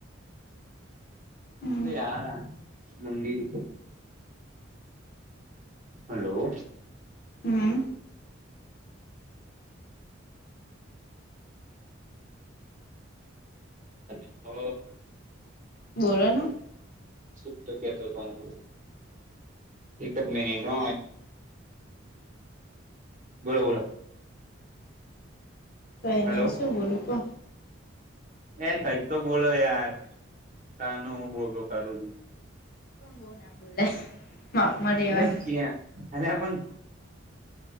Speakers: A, on the left; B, on the right.
A: હમ
B: શું યાર મુડી હલો.
A: હમ
B: હ હો
A: બોલો ને
B: સુ કેતો તો હતો એક જ મિનિટ હો. બોલો બોલો.
A: તો એને
B: હલો
A: શું બોલું કો.
B: એ કઈક તો બોલો યાર ક ન હું બોલવો કરું છું.
A: કો ના બોલાય. માપમાં રેવાય
B: હ ક અરે પણ